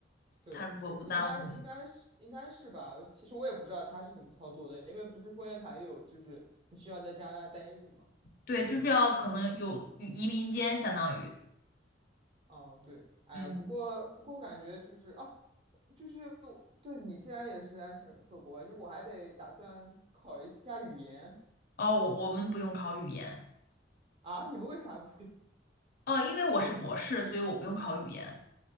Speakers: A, on the right; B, on the left.
A: 对，
B: 他如果不耽误你，
A: 应该应该是应该是吧。其实我也不知道他是怎么操作的，因为不是枫叶卡也有就是你需要在加拿大待着嘛。
B: 对，就是要可能有移民间相当于，
A: 嗯，对，哎呀，
B: 嗯，
A: 不过不过我感觉就是哦，就是我对你既然也是安省硕博，就是我还得打算考一下语言
B: 哦，我我们不用考语言。
A: 啊。你们为啥不用？
B: 哦，因为我是博士，所以我不用考语言。